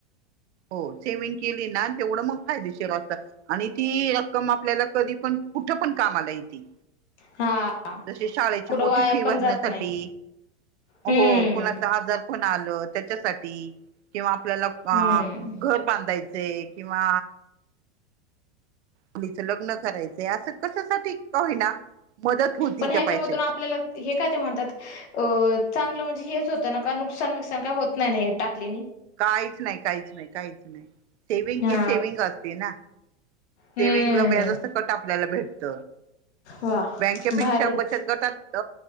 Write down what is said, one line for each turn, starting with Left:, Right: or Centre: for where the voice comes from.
Right: हो सेविंग केली ना तेवढं मग फायदेशीर असत. आणि ती रक्कम आपल्याला कधी पण कुठे पण काम आला येती.
Left: हा
Right: जसे शाळेची
Left: कुठं
Right: मोठी
Left: वाया
Right: फी भरण्यासाठी.
Left: पण जात नाही
Right: हो
Left: हम्म
Right: कुणाचा आजार पण आलं त्याच्यासाठी किंवा आपल्याला अ
Left: हम्म
Right: घर बांधायचे किंवा मुलीच लग्न करायचंय असं कशासाठी होईना मदत होती
Left: पण ह्याच्यामधून
Right: त्या पैशाची.
Left: आपल्याला हे काय ते म्हणतात अ चांगलं म्हणजे हेच होतं ना का नुकसान विकसान काही होत नाही नाही टाकले
Right: काहीच नाही काहीच नाही काहीच नाही सेव्हींग
Left: हा
Right: ही सेव्हीग असते ना.
Left: हम्म
Right: सेव्हीग ला व्याजासकट आपल्याला भेटत.
Left: वा
Right: बँकेपेक्षा
Left: भारीच
Right: बचत गटात